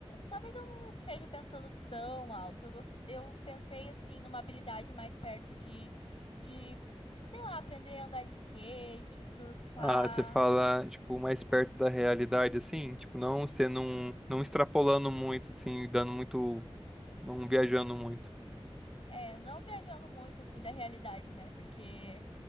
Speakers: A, on the left; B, in the centre.
A: talvez eu não esteja pensando tão alto. Eu, gos- eu pensei assim numa habilidade mais perto de, de, sei lá, aprender a andar de skate, surfar.
B: Ah, você fala, tipo, mais perto da realidade, assim? Tipo,
A: Isso.
B: não, você não, não extrapolando muito, assim, dando muito, não viajando muito.
A: É, não viajando muito assim da realidade, né? Porque